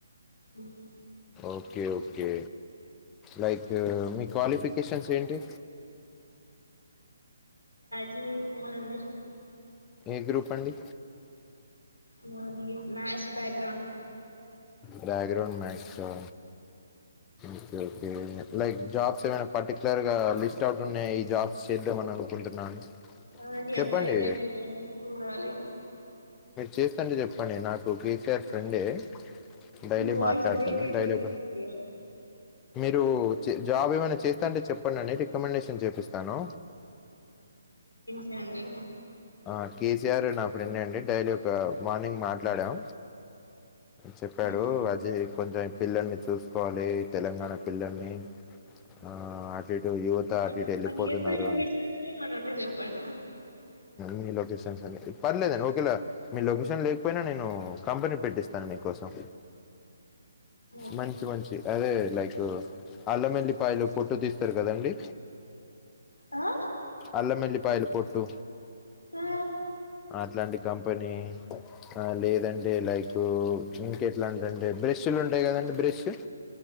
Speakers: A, on the left (about 80°); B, on the left (about 15°).
A: ఉమ్ హూ
B: ఓకే ఓకే లైక్ మీ క్వాలిఫికేషన్స్ ఏంటి
A: చుపిస్తానండి
B: ఏ గ్రూప్ అండి
A: నాది maths background
B: background maths ఆ ఒకె ఒకే ఎట్ల జాబ్స్ ఏమనా పర్టికులర్ గా లిస్ట్ ఔట్ ఉన్నయ్ ఈ జాబ్స్ చేద్దామని అనుకుంటున్నాను
A: అవునండి
B: చెప్పండి
A: అప్లై చేసాను చూడాలి
B: చేస్తంటె చెప్పండి నాకు కేసీఆర్ ఫ్రెండే డైలీ
A: మీ వాయిస్
B: మాట్లాడుతాను
A: బ్రేక్ అయితుంది
B: డైలీ
A: కొద్దిగా
B: మీరు జాబ్ ఏమైనా చేస్ డె చెప్పండండి రికమెండేషన్ చేపిస్తాను
A: చండి
B: ఆ కేసీఆర్ అ అప్పుడుండండి డైరెక్ట్ గా మార్నింగ్ మాట్లాడాం చెప్పాడు
A: అవునా
B: అజయ్ కొంచెం పిల్లల్ని చూసుకోవాలి తెలంగాణ పిల్లల్ని ఆ అటు ఇటు యువత
A: మా
B: అటు ఇటు ఎళ్ళిపోతున్నారు
A: మా నియర్ బై లొకేషన్స్ ఏమన్నా చెప్పండి
B: మీ లొకేషనన్స్ అ పర్లేదండి ఓకేలా మీ లొకేషన్ లేకపోయినా నేను కంపెనీ పెట్టిస్తాను మీకోసం
A: ఓకే
B: మంచి మంచి అదే లైక్ అల్లమెల్లిపాయలు పొట్టు తీస్తారు కదండి
A: ఆ
B: అల్లమెల్లిపాయలు పొట్టు
A: ఆ
B: అట్లాంటి కంపెనీ ఆ లేదంటే లైక్ ఇంక ఎట్లాంటి దంటె బ్రష్లు ఉంటాయి కదండి బ్రష్